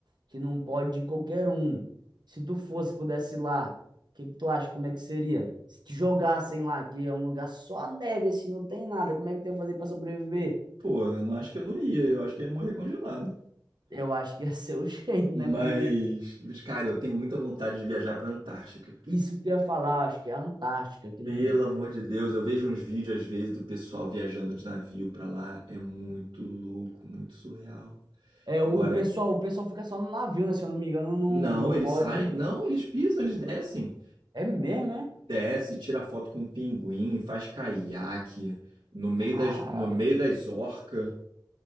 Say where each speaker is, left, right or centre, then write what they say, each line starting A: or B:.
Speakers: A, on the right; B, on the right.
A: que não pode ir qualquer um. Se tu fosse, pudesse ir lá, o que, que tu acha? Como é que seria? Se te jogassem lá, que é um lugar só neve, assim, não tem nada, como é que tu ia fazer para sobreviver?
B: Pô, eu não acho que eu não ia, eu acho que ia morrer congelado.
A: Eu acho que ia ser o <laughs> jeito,
B: Mas,
A: né? Porque
B: mas, cara, eu tenho muita vontade de viajar pra Antártica.
A: isso que eu ia falar, eu acho que é a Antártica, que
B: Pelo
A: não.
B: amor de Deus, eu vejo uns vídeos às vezes do pessoal viajando de navio pra lá, é muito louco, muito surreal.
A: É,
B: Agora,
A: o pessoal, o pessoal fica só no navio, né? Se eu não me engano, não,
B: não,
A: não
B: eles
A: pode.
B: saem, não, eles pisam, eles descem.
A: É mesmo, né?
B: Desce, tira foto com um pinguim, faz caiaque no meio
A: Cara,
B: das, no meio das orcas.